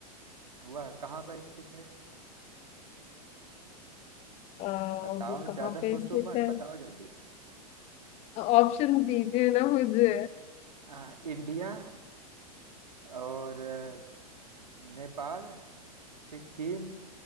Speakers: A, on the right; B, on the left.
A: अ, वह कहाँ पर स्थित है
B: अ,
A: बताओ
B: वो कहाँ
A: ज्यादा
B: पे
A: सोचो
B: स्थित
A: मत
B: है
A: बताओ जल्दी
B: ऑप्शन दीजिए ना मुझे
A: आ, इंडिया और अ, नेपाल सिक्किम